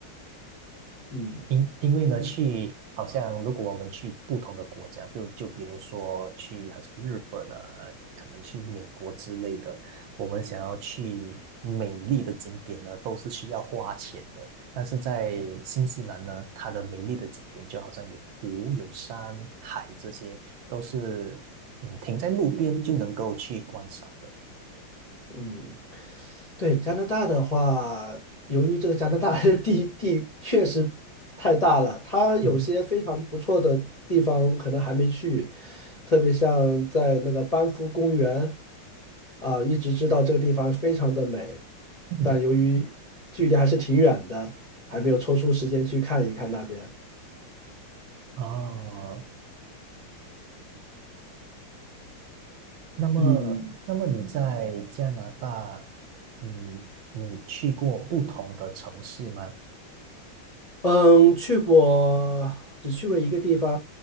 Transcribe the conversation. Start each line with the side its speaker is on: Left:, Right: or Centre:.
Left: 嗯。
Right: 因因为呢，去好像如果我们去不同的国家，就就比如说去好像日本啊，可能去美国之类的，我们想要去美丽的景点呢，都是需要花钱的。但是在新西兰呢，它的美丽的景点就好像有湖、有山、海这些，都是嗯停在路边就能够去观赏的。
Left: 嗯，对，加拿大的话，由于这个加拿大的 <laughs> 地地确实太大了，它有些非常不错的地方可能还没去，
Right: 嗯
Left: 特别像在那个班夫公园啊，一直知道这个地方非常的美，
Right: 嗯，
Left: 但由于距离还是挺远的，还没有抽出时间去看一看那边。
Right: 哦，那么，
Left: 嗯
Right: 那么你在加拿大，嗯，你去过不同的城市吗？
Left: 嗯，去过，只去过一个地方，